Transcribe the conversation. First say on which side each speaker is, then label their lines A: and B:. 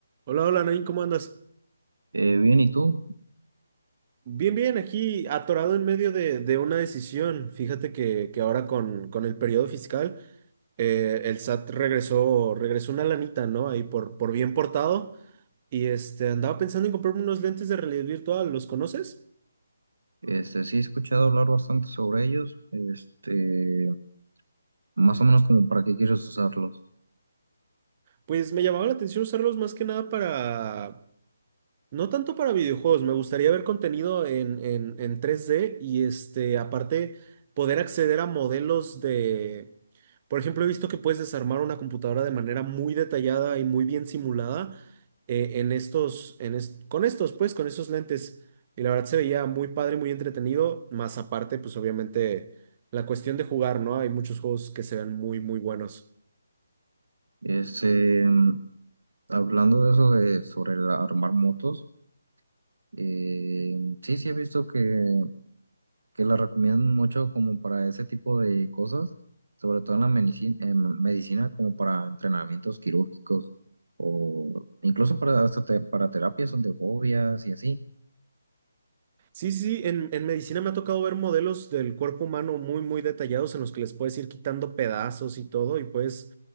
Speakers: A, on the right; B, on the right.
A: Hola, hola, Nain, ¿cómo andas?
B: Eh, bien, ¿y tú?
A: Bien, bien, aquí atorado en medio de, de una decisión. Fíjate que, que ahora con, con el periodo fiscal, eh, el SAT regresó, regresó una lanita, ¿no? Ahí por, por bien portado. Y este, andaba pensando en comprarme unos lentes de realidad virtual, ¿los conoces?
B: Este, sí he escuchado hablar bastante sobre ellos, este, más o menos como para qué quieres usarlos.
A: Pues me llamaba la atención usarlos más que nada para, No tanto para videojuegos, me gustaría ver contenido en, en, en 3D y este, aparte poder acceder a modelos de, por ejemplo, he visto que puedes desarmar una computadora de manera muy detallada y muy bien simulada eh, en estos, en es- con estos, pues, con esos lentes. Y la verdad se veía muy padre, muy entretenido, más aparte, pues obviamente la cuestión de jugar, ¿no? Hay muchos juegos que se ven muy, muy buenos.
B: Este, hablando de eso de sobre el armar motos, eh, sí, sí he visto que, que la recomiendan mucho como para ese tipo de cosas, sobre todo en la medicina, medicina como para entrenamientos quirúrgicos o incluso para, hasta te- para terapias son de fobias y así.
A: Sí, sí, sí, en, en medicina me ha tocado ver modelos del cuerpo humano muy, muy detallados en los que les puedes ir quitando pedazos y todo, y pues,